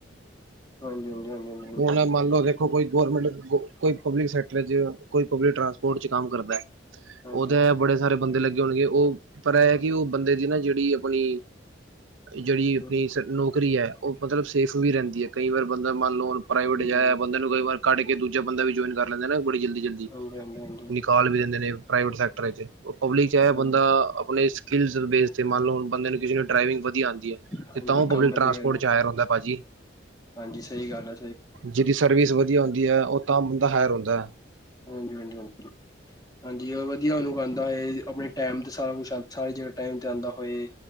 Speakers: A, on the left; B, on the right.
A: ਹਾਂਜੀ-ਹਾਂਜੀ ਹਨ ਹ।
B: ਹੁਨ ਮੰਨ ਲੋ ਦੇਖੋ ਕੋਈ ਗੌਰਮੈਂਟ ਕੋਈ ਪਬਲਿਕ ਸੈਕਟਰ ਚ ਕੋਈ ਪਬਲਿਕ ਟਰਾਂਸਪੋਰਟ ਚ ਕੰਮ ਕਰਦਾ ਐ।
A: ਹਾਂਜੀ
B: ਉਹਦਾ ਏਹ ਬੜੇ ਸਾਰੇ ਬੰਦੇ ਲੱਗੇ ਹੋਣਗੇ ਉਹ ਪਰ ਇਹ ਐ ਕਿ ਉਹ ਬੰਦੇ ਦੀ ਨਾ ਜਿਹੜੀ ਆਪਣੀ ਜਿਹੜੀ ਆਪਣੀ
A: ਹਮ
B: ਸ ਨੌਕਰੀ ਐ ਉਹ ਮਤਲਬ ਸੇਫ ਵੀ ਰਹਿੰਦੀ ਐ ਕਈ ਵਾਰ ਬੰਦਾ ਮਨ ਲੋ। ਪ੍ਰਾਈਵੇਟ
A: ਹਾਂਜੀ
B: ਜਾ
A: ਹਾਂਜੀ ਹਾਂਜੀ
B: ਬੰਦੇ ਨੂੰ ਕਈ ਵਾਰ ਕੱਢ ਕੇ ਦੂਜਾ ਬੰਦਾ ਵੀ ਜੁਆਇਨ ਕਰ ਲੈਂਦਾ ਨਾ ਬੜੀ ਜਲਦੀ-ਜਲਦੀ
A: ਹਾਂਜੀ ਹਾਂਜੀ ਹਾਂਜੀ
B: ਨਿਕ ਕਾਲ ਵੀ ਦੇਂਦੇ ਨੇ, ਪ੍ਰਾਈਟ ਸੇ ਕਟਰ ਚ, ਓ ਪਬਲਿਕ ਚ ਏਹ ਬੰਦਾ
A: ਹਾਂਜੀ
B: ਅਪਨੇ ਸਕਿੱਲਸ ਬੈਸ ਤੇ ਮਨ ਲੋ ਹੁਨ ਬੰਦੇ ਨੂ ਕਿਸੀ ਨੂ ਡ੍ਰਾਈਵਿੰਗ ਵਧਿਆ ਆਂਦੀ ਹੈ।
A: ਹਾਂਜੀ
B: ਤੇ ਤਾਂ ਓਹ ਪਬਲਿਕ
A: ਕੰਮ ਵਧੀਆ
B: ਟਰਾਂਸਪੋਰਟ ਚ ਹਾਯਰ ਹੁੰਦਾਏ ਭਾਜੀ।
A: ਹਾਂਜੀ ਸਹੀ ਗੱਲ ਐ।
B: ਜਿਹਦੀ ਸਰਵਿਸ ਵਧੀਆ ਹੁੰਦੀ ਹੈ ਉਹ ਤਾਂ ਬੰਦਾ ਹਾਇਰ ਹੁੰਦਾ।
A: ਹਾਂਜੀ-ਹਾਂਜੀ-ਹਾਂਜੀ। ਹਾਂਜੀ ਵਧੀਆ ਅਨੁਭ ਆਦਾ ਹੋਏ ਆਪਣੇ ਟੈਮ ਤੇ ਸਾਰਾ ਕੁੱਛ ਸਾਰੀ ਜਗਹਿ ਟੈਮ ਤੇ ਆਂਦਾ ਹੋਏ।